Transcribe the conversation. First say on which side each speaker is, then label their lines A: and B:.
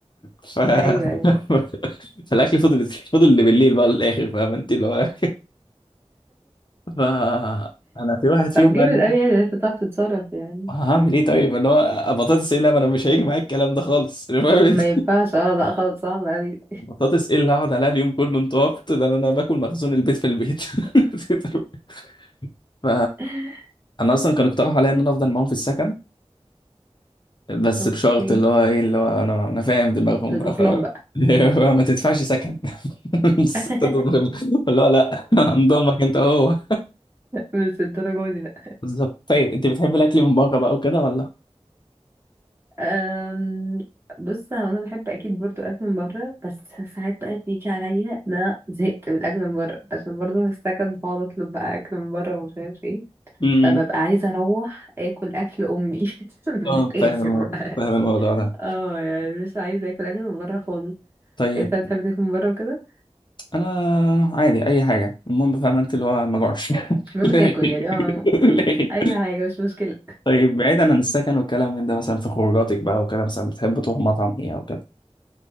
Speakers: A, on the left; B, on the right.
A: ف...
B: ايوه أيوة.
A: <laughs> فالاكل فضل فضل اللي بالليل بقى للاخر فاهمه انت اللي هو ف انا في واحد فيهم
B: طب جامد
A: قال لي
B: قوي يعني انت بتعرف تتصرف يعني
A: هعمل ايه طيب اللي هو بطاطس ايه لا ما انا مش هيجي معايا الكلام ده خالص <laughs> فاهم انت؟
B: ما ينفعش اه لا خلاص صعب قوي
A: بطاطس ايه اللي هقعد عليها اليوم كله انت عبط ده انا أنا باكل مخزون البيت في البيت <laughs> ف
B: <laughs>
A: انا اصلا كانوا اقترحوا عليا ان انا افضل معاهم في السكن بس
B: اوكي
A: بشرط اللي هو ايه اللي هو انا انا فاهم دماغهم
B: تطبخ
A: بقى ف
B: لهم بقى
A: <laughs> ما تدفعش سكن <laughs> بس
B: <laughs>
A: أنت تظلم. اللي هو لا <laughs> انضمك انت هو
B: مش الدرجة دي بقى
A: بالظبط طيب انت بتحب الاكل من بره بقى وكده ولا
B: أم... بص هو انا بحب اكيد برضو اكل من بره بس ساعات بقى بيجي عليا ان انا زهقت من الاكل من بره عشان برضو في السكن بقعد اطلب بقى اكل من بره ومش عارف ايه
A: امم
B: فببقى عايزه اروح اكل اكل امي <laughs> من
A: اه
B: الاخر
A: فاهم الموضوع
B: بقى
A: فاهم الموضوع ده
B: اه يعني مش عايزه اكل اكل من بره خالص
A: طيب
B: انت بتحب تاكل من بره وكده
A: انا عادي اي حاجه المهم فاهم انت اللي هو ما جوعش <laughs>
B: المهم
A: لا.
B: تاكل يعني اه
A: لا.
B: اي حاجه مش مشكله
A: طيب بعيدا عن السكن والكلام من ده مثلا في خروجاتك بقى وكده مثلا بتحب تروح مطعم ايه او كده